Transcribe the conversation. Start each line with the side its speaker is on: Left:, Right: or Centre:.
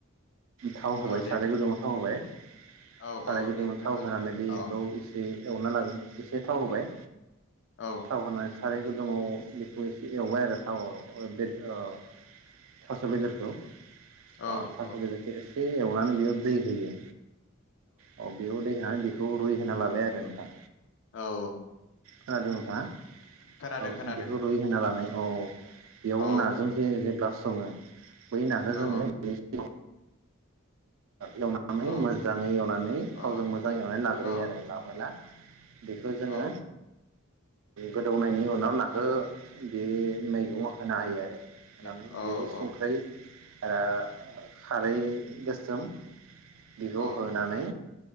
Right: थाव होबाय
Left: औ दे
Right: साराय गुदुङाव थाव होबाय साराय
Left: औ औ
Right: गुदुङाव
Left: दे खोन्थालाय
Right: थाव होनानै बेखौ
Left: औ
Right: एसे एवना लागोन एसे थाव होबाय
Left: औ
Right: थाव होनानै साराय गुदुङ बेखौ एसे एवबाय आरो थावआव ओ बे थास' बेदरखौ
Left: औ
Right: अ थास'
Left: औ
Right: बेदरखौ एसे एवनानै बेयाव दै होयो औ बेयाव दै होनानै बेखौ रुइ होना लाबाय आरो नोंथां
Left: औ
Right: खोनादों नोंथाङा
Left: खोनादों
Right: औ
Left: खोनादों
Right: बेखौ रुइ होना लानाय औ औ बेयाव
Left: औ
Right: नाजों
Left: औ
Right: जों जेब्ला सङो बै नाखो जोङो
Left: औ
Right: बिदै एवनानै
Left: अ
Right: मोजाङै एवनानै
Left: अ
Right: थावजों मोजां एवनानै लाग्रोयो
Left: अ
Right: आरो लाबोला बेखौ जोङो
Left: औ
Right: गोदौनायनि उनाव ना हो बे मैगं होना होयो आरो होनानै
Left: औ
Right: बेयाव संख्रै आरो खारै गोसोम बिखौ
Left: औ
Right: होनानै